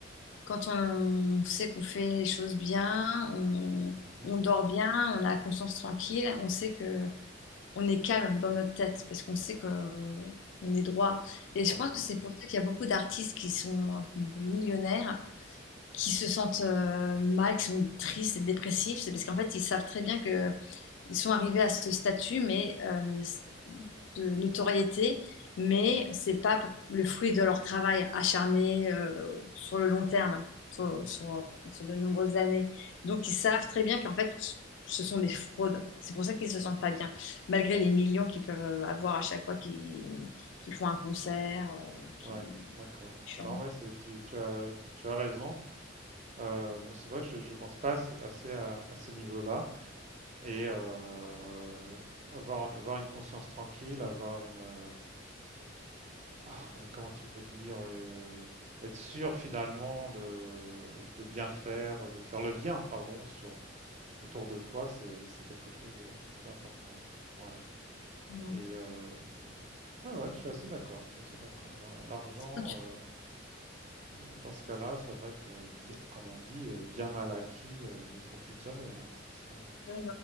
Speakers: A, on the left; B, on the right.
A: Quand on sait qu'on fait les choses bien, on,
B: Mhm.
A: on dort bien, on a la conscience tranquille, on sait que on est calme dans notre tête parce qu'on sait que euh, on est droit. Et
B: Ouais.
A: je pense que c'est pour ça qu'il y a beaucoup d'artistes qui sont des millionnaires, qui se sentent euh, mal, qui sont tristes et dépressifs. C'est parce qu'en fait, ils savent très bien que ils sont arrivés à ce statut mais euh, de notoriété, mais c'est pas le fruit de leur travail acharné euh, sur le long terme, sur,
B: Mhm.
A: sur- sur de nombreuses années. Donc ils savent très bien qu'en fait ce sont des fraudes. C'est pour ça qu'ils se sentent pas bien, malgré les millions qu'ils peuvent euh, avoir à chaque fois qu'ils qu'ils font un concert, euh, qu'ils
B: Ouais, d'accord.
A: chantent.
B: Non, mais c'est tu, tu as tu as raison. Euh, mais c'est vrai, je, je pense pas assez assez à, à ce niveau-là et euh, avoir avoir une conscience tranquille, avoir une euh, ah, ouais, comment tu peux dire euh, être sûr finalement de, de bien faire, de faire le bien, pardon, sur autour de toi, c'est c'est quelque chose de- d'important. Ouais.
A: Ouais.
B: Et euh, ouais, ouais, je suis assez d'accord. Je suis assez d'accord. La- L'argent.
A: C'est quand
B: euh, Euh, Dans ce cas-là, c'est vrai que bien, comme on dit, euh, bien mal acquis euh, ne profite jamais, hein, c'est ce qu'on dit.
A: tu-